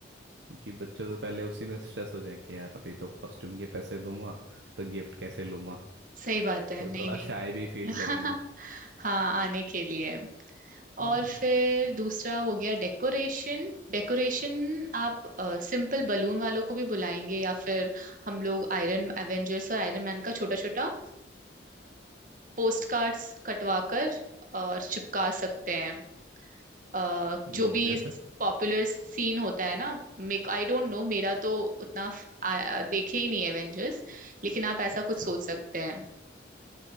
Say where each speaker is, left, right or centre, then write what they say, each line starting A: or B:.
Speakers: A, on the right; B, on the right.
A: क्योंकि बच्चे तो पहले उसी में स्ट्रेस हो जाए कि यार अभी तो कॉस्ट्यूम के पैसे दूंगा तो गिफ्ट कैसे लूंगा
B: सही बात है
A: तो
B: नहीं
A: थोड़ा
B: नहीं
A: शाय भी फील
B: <laughs>
A: करेंगे
B: हाँ आने के लिए
A: हम्म
B: और फिर दूसरा हो गया डेकोरेशन डेकोरेशन आप सिंपल बलून वालों को भी बुलाएंगे या फिर हम लोग आयरन एवेंजर्स और आयरन मैन का छोटा छोटा पोस्ट कार्ड्स कटवा कर और चिपका सकते हैं अ,
A: हम्म,
B: जो भी
A: जैसे
B: पॉपुलर सीन होता है ना मेक आई डोंट नो मेरा तो उतना फ- आ, आ, देखे ही नहीं एवेंजर्स लेकिन आप ऐसा
A: अच्छा
B: कुछ सोच सकते हैं